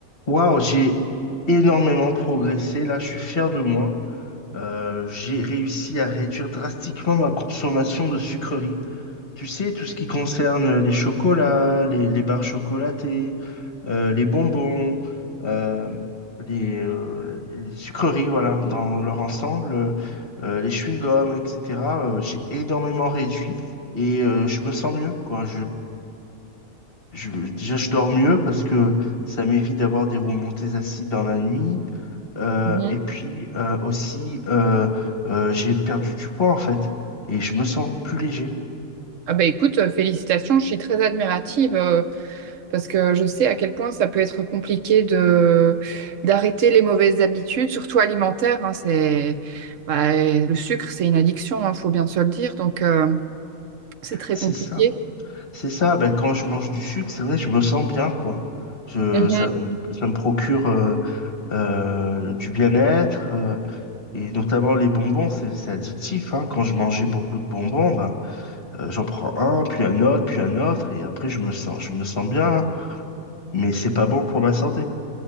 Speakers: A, on the left; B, on the right.
A: Waouh, j'ai énormément progressé. Là, je suis fier de moi. Euh, j'ai réussi à réduire drastiquement ma consommation de sucreries. Tu sais, tout ce qui concerne euh, les chocolats, les, les barres chocolatées, euh, les bonbons, euh, les, euh, les sucreries, voilà, dans leur ensemble, euh, euh, les chewing-gums, etc. euh, j'ai énormément réduit et euh, je me sens mieux, quoi. Je, déjà, je dors mieux parce que ça m'évite d'avoir des remontées acides dans la nuit. Euh,
B: Mhm.
A: et puis euh, aussi, euh, euh, j'ai perdu du poids en fait. Et je me sens plus léger.
B: Ah bah écoute, euh, félicitations, je suis très admirative euh, parce que je sais à quel point ça peut être compliqué de d'arrêter les mauvaises habitudes, surtout alimentaires. hein, c'est bah, le sucre, c'est une addiction, il faut bien se le dire, donc euh, c'est très
A: C'est
B: compliqué.
A: ça. C'est ça. Ben, quand je mange du sucre, c'est vrai, je me sens bien, quoi. Je,
B: Mhm.
A: ça, me- ça me procure euh, euh, du bien-être. euh, et notamment les bonbons, c'est c'est addictif, hein. Quand je mangeais beaucoup de bonbons, ben, euh, j'en prends un, puis un autre, puis un autre. Et après, je me sens, je me sens bien. hein. mais c'est pas bon pour ma santé.